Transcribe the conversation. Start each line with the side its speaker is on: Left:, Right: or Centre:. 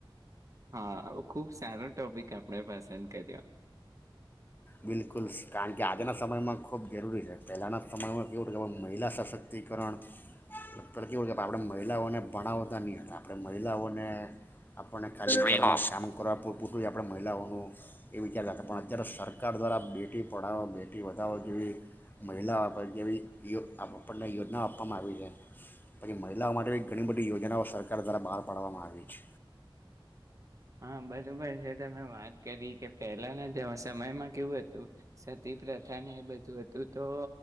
Right: હા ખુબ સારો ટોપિક આપણે પસંદ કર્યો.
Left: બિલકુલ કારણ કે આજના સમયમાં ખૂબ જરૂરી છે પહેલાંના સમયમાં કેવું કહે મહિલા સશક્તિકરણ પહેલા કેવું કહે આપણે મહિલાઓને ભણાવતા નહીં હતા આપણે મહિલાઓને આપણને ખાલી કામ કરવા પૂટું આપણે મહિલાઓનું એ વિચારતા હતા પણ અત્યારે સર સરકાર દ્વારા બેટી પઢાવો બેટી વધાવો જેવી મહિલાઓ જેવીયો આપણને યોજનાઓ આપવામાં આવી છે પછી મહિલાઓ માટે બ ઘણી બધી યોજનાઓ સરકાર દ્વારા બહાર પાડવામાં આવી છે.
Right: હા બરોબર છે તમે વાત કરી કે પેલાના દિવ સમયમાં કેવું હતું સ સતી પ્રથા ને એ બધું હતું તો